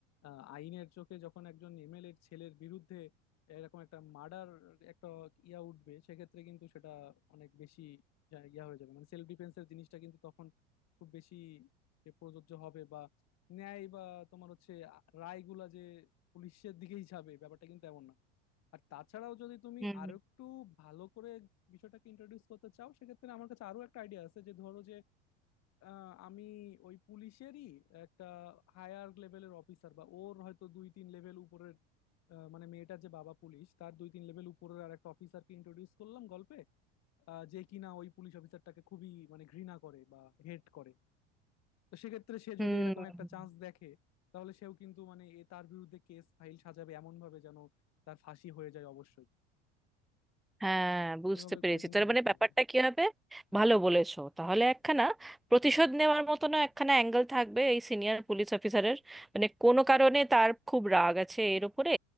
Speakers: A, on the left; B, in the centre.
A: আহ, আইনের চোখে যখন একজন এমএলএ ছেলের বিরুদ্ধে এরকম একটা মার্ডার একটা ইয়া উঠবে সেক্ষেত্রে কিন্তু সেটা অনেক বেশি যা- ইয়া হয়ে যাবে মানে সেলফ ডিফেন্সের জিনিসটা কিন্তু তখন খুব বেশি যে প্রযোজ্য হবে বা ন্যায় বা তোমার হচ্ছে আ- রায়গুলা যে পুলিশের দিকেই যাবে ব্যাপারটা কিন্তু এমন না আর তাছাড়াও যদি তুমি
B: হুম
A: আরো একটু ভালো করে বিষয়টাকে ইন্ট্রোডিউস করতে চাও সেক্ষেত্রে আমার কাছে আরো একটা আইডিয়া আছে যে ধরো যে আহ, আমি ওই পুলিশেরই একটা হায়ার লেভেলের অফিসার বা ওর হয়তো দুই তিন লেভেল উপরের আহ, মানে মেয়েটার যে বাবা পুলিশ তার দুই তিন লেভেল উপরের আর একটা অফিসারকে ইন্ট্রোডিউস করলাম গল্পে আহ, যে কিনা ওই পুলিশ অফিসারটাকে খুবই মানে ঘৃণা করে বা হেট করে তো সেক্ষেত্রে সে
B: হুম
A: যদি এরকম
B: হুম
A: একটা চান্স দেখে তাহলে সেও কিন্তু মানে এ তার বিরুদ্ধে কেস ফাইল সাজাবে এমন ভাবে যেন তার ফাঁসি হয়ে যায় অবশ্যই
B: হ্যাঁ বুঝতে
A: এভাবে
B: পেরেছি
A: করে কিন্তু
B: তার
A: পড়তে
B: মানে ব্যাপারটা
A: পারি
B: কি হবে ভালো বলেছো তাহলে একখানা প্রতিশোধ নেওয়ার মতনও একখানা অ্যাঙ্গেল থাকবে এই সিনিয়র পুলিশ অফিসারের মানে কোনো কারণে তার খুব রাগ আছে এর উপরে